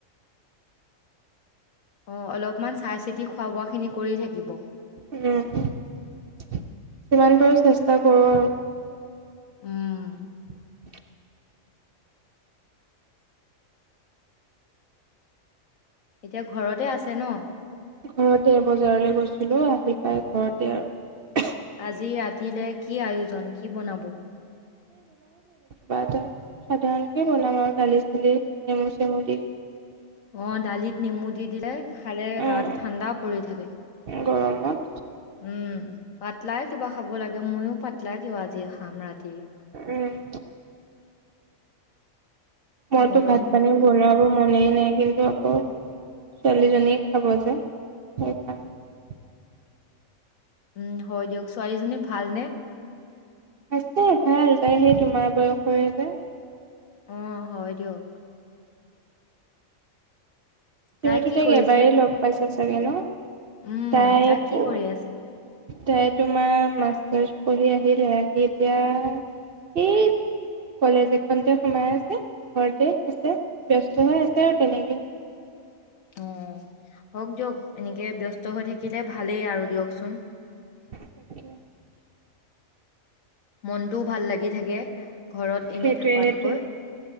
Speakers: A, on the left; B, on the right.
A: অ অলপমান চাই চিতি খোৱা বোৱা খিনি কৰি থাকে দিব
B: উম সিমান পাৰো চেষ্টা কৰো আৰু
A: উম
B: <unintelligible>
A: এতিয়া ঘৰতে আছে ন
B: ঘৰতে বজাৰলৈ গৈছিলো আহি পাই ঘৰতে আৰু
A: আজি ৰাতিলে কি আয়োজন কি বনাব
B: বা এটা সাধাৰণকে বনাম আৰু দালি চালি নেমুৰ চেমু দি
A: অ দালিত নেমু দি দিলে খালে
B: উম
A: গাটো ঠাণ্ডা পৰি থাকে
B: গৰমত
A: উম পাতলাই কিবা খাব লাগে ময়ও পাতলাই কিবা আজি খাম ৰাতি
B: উম মইতো
A: গৰম
B: ভাত পানী
A: বহুত
B: বনোৱাব মনেই নাই কিন্তু আকৌ ছোৱালীজনীয়ে খাব যে সেইকাৰণে
A: উম হৈ দও ছোৱালীজনী ভালনে
B: আছে ভাল যায় সেই তোমাৰ বয়সৰে যে
A: অ হয় দিয়ক
B: তুমিতো
A: তাই কি
B: তাইক
A: কৰিছে
B: এবাৰেই লগ পাইছা চাগে ন
A: উম
B: তাই
A: কি
B: প
A: কৰি আছে
B: তাই তোমাৰ মাষ্টাৰছ পঢ়ি আহিলে এতিয়া এই কলেজ এখনতে সোমাই আছে ঘৰতে আছে ব্যস্ত হৈ আছে আৰু তেনেকে
A: অ হওক দিয়ক এনেকে ব্যস্ত হৈ থাকিলে ভালেই আৰু দিয়কচোন
B: সতিয়া
A: মনটোও ভাল লাগি থাকে ঘৰত এনেই
B: সেইটোৱে
A: থকাতকৈ
B: সেইটোৱে